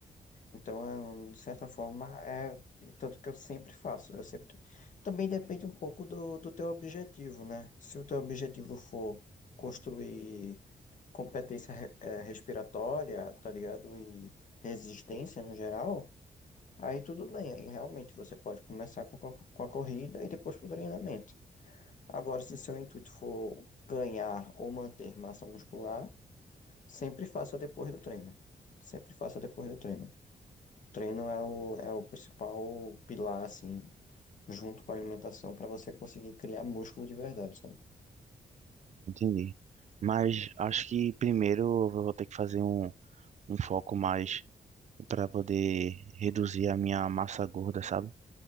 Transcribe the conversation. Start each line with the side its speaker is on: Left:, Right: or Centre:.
Left: Então, é, de certa forma, é tanto que eu sempre faço. Eu sempre. Também depende um pouco do, do teu objetivo, né? Se o teu objetivo for construir competência re- eh, respiratória, tá ligado? E resistência no geral, aí tudo bem. Aí realmente você pode começar com, a- com a corrida e depois com o treinamento. Agora, se seu intuito for ganhar ou manter massa muscular, sempre faça depois do treino. Sempre faça depois do treino. Treino é o, é o principal pilar, assim, junto com a alimentação, para você conseguir criar músculo de verdade, sabe?
Right: Entendi. Mas acho que primeiro eu vou ter que fazer um, um foco mais para poder reduzir a minha massa gorda, sabe?